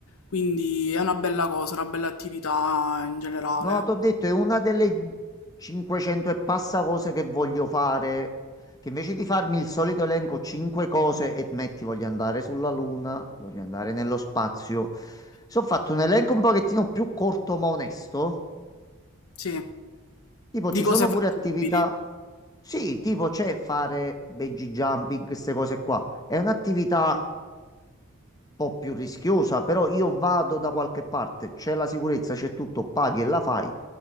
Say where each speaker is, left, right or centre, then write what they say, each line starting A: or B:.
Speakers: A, on the left; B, on the left.
A: Quindi è una bella cosa, una bella attività in generale.
B: No, ti ho detto, è una delle 500 e passa cose che voglio fare, che invece di farmi il solito elenco 5 cose e metti voglio andare sulla Luna, voglio andare nello spazio. Se ho fatto un elenco un pochettino più corto ma onesto,
A: Sì,
B: tipo
A: di
B: ci
A: cose
B: sono
A: fattibili.
B: pure attività Sì, tipo c'è fare bungee jumping, queste cose qua. È un'attività
A: Sì.
B: un po' più rischiosa, però io vado da qualche parte, c'è la sicurezza, c'è tutto, paghi e la fai.